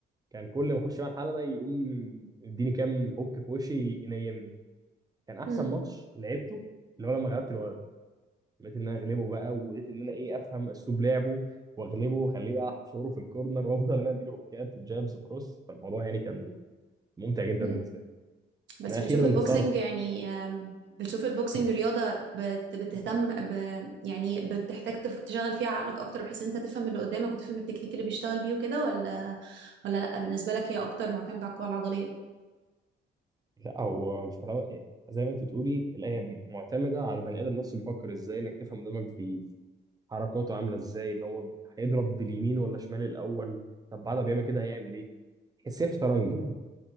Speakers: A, on the right (about 20°); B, on the right (about 65°).
A: كان كل ما اخش بقى الحلبة يقوم يديني كام هوك في وشي ينيمني كان احسن
B: امم
A: ماتش لعبته اللي هو لما غلبت الولد لقيت ان انا اغلبه بقى ولقيت ان انا ايه افهم اسلوب لعبه واغلبه واخليه بقى احشره في الكورنر وافضل انا اديله هوكات وجابز وكروس فالموضوع يعني كان ممتع جدا
B: امم
A: بالنسبه لي
B: بس
A: انا اخيرا
B: بتشوف البوكسنج
A: انتصرت
B: يعني آم، بتشوف البوكسنج رياضة بت- بتهتم ب يعني بتحتاج تف- تشغل فيها عقلك اكتر بحيث ان انت تفهم اللي قدامك وتفهم التكنيك اللي بيشتغل بيه وكده ولا ولا لا بالنسبة لك هي اكتر معتمدة على القوة العضلية
A: لا هو مش متعود. زي ما انت تقولي الايه معتمده على البني ادم نفسه بيفكر ازاي انك تفهم قدامك بي- حركاته عامله ازاي ان هو هيضرب باليمين ولا شمال الاول طب بعد ما بيعمل كده هيعمل ايه تحسيها شطرنج يعني